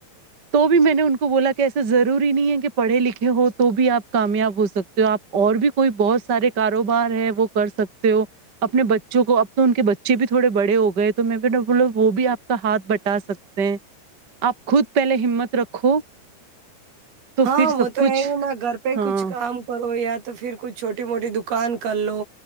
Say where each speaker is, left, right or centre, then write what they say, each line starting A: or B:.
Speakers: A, on the right; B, on the right.
A: تو بھی میں نے ان کو بولا کہ ایسا ضروری نہیں ہے کہ پڑھے لکھے ہو تو بھی آپ کامیاب ہو سکتے ہو آپ اور بھی کوئی بہت سارے کاروبار ہے وہ کر سکتے ہو اپنے بچوں کو تو ان کے بچے بھی تھوڑے بڑے ہو گئے تو میں بھی نہ بولا وہ بھی آپ کا ہاتھ بٹا سکتے ہیں آپ خود پہلے ہمت رکھو تو
B: ہاں
A: پھر
B: وہ
A: سب
B: تو
A: کچھ
B: ہے ہی نا گھر پہ ہی
A: ہاں
B: کچھ کام او ہو یا تو پھر کچھ چھوٹی موٹی دوکان کر لو